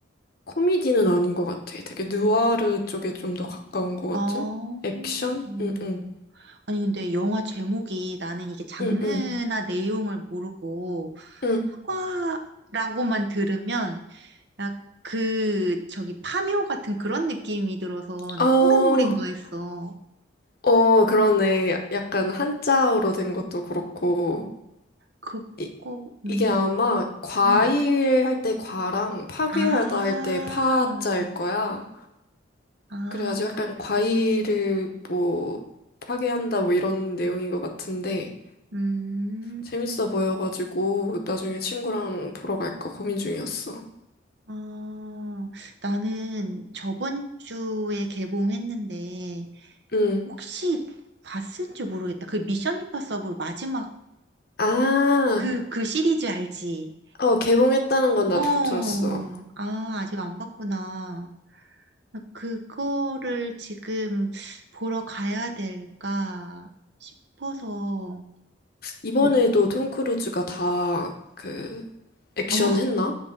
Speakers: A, on the left; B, on the right.
A: 코미디는 아닌 것 같아 되게 느와르 쪽에 좀 더 가까운 것 같은
B: 어.
A: 액션
B: 음.
A: 응응
B: 아니, 근데 영화 제목이 나는 이게 장르나
A: 응응
B: 내용을 모르고
A: 응
B: 사과라고만 들으면 나 그, 저기 파묘 같은 그런 느낌이 들어서
A: 어
B: 나 호러물인가 했어.
A: 어 그러네 약간 한자어로 된 것도 그렇고
B: 그거,
A: 이,
B: 음,
A: 이게 아마 과일
B: 음.
A: 할 때 과랑 파괴하다
B: 아,
A: 할 때 파자일 거야.
B: 아,
A: 그래가지고
B: 그,
A: 약간 과일을 뭐 파괴한다 뭐 이런 내용인 것 같은데
B: 음,
A: 재밌어 보여가지고 나중에 친구랑 보러 갈까 고민 중이었어.
B: 아, 나는 저번 주에 개봉했는데
A: 응.
B: 혹시 봤을지 모르겠다. 그 미션 임파서블 마지막
A: 아,
B: 그, 그 시리즈 알지?
A: 어, 개봉했다는 건 나도
B: 어,
A: 들었어.
B: 아, 아직 안 봤구나. 나 그거를 지금 보러 가야 될까 싶어서
A: 이번에도
B: 고민,
A: 톰 크루즈가 다 그 액션
B: 어,
A: 했나?